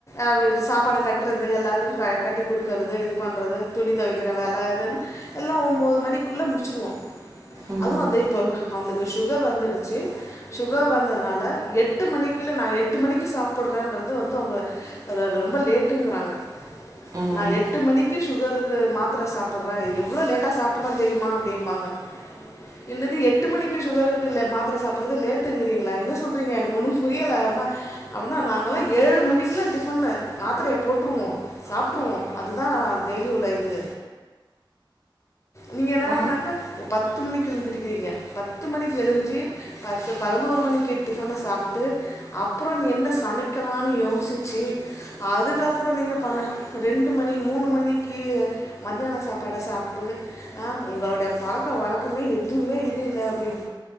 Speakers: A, on the left; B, on the right.
A: அவரு சாப்பாடு கட்றது எல்லாத்துக்கு க கட்டி குடுக்கறது இது பண்றது துணி தொவைக்கற வேல அதுன்னு எல்லா ஒம்போது மணிக்குள்ள முடிச்சிர்வோ,
B: ம்
A: அதுவு வந்து இப்ப அவங்ளுக்கு சுகர் வந்துடுச்சு. சுகர் வந்தனால எட்டு மணிக்குள்ள நா எட்டு மணிக்கு சாப்பட்றேன்றது வந்து அவங்க அத ரொம்ப லேட்டுங்கறாங்க.
B: ம்
A: நா எட்டு மணிக் க்கு சுகருக்கு மாத்திர சாப்பட்ற இ, எவ்ளோ லேட்டா சாப்பட்ற தெரியுமா அப்டிப்பாங்க. என்னது எட்டு மணிக்கு சுகருக்கு ல மாத்தர சாப்பட்றது லேட்டுங்கறீங்களா? என்ன சொல்றீங்க எனக்கு ஒன்னு புரியல அப்னா அப்பிட்னா நாங்கல்லா ஏழு மணிக்குலா டிஃப் பண்ணு மாத்திரய போட்ருவோ, சாப்ட்டுருவோ அதுதா டெய்லி உள்ள இது நீங்க என்னடானாக்க
B: ஆ
A: ஒ பத் பத்து மணிக்கு எழுந்திருக்கிறீங்க. பத்து மணிக்கு எழுஞ்சு பத்து பதினோரு மணிக்கு டிஃபன சாப்ட்டு, அப்றோ நீ என்ன சமைக்கலான்னு யோசிச்சு அதுக்கப்றோ நீங்க பண்ண ரெண்டு மணி மூணு மணிக்கு மதியான சாப்பாட சாப்ட்டு ஆஹ் உங்களுடைய பழக்க வழக்கமே எதுமே இது இல்ல அப்டின்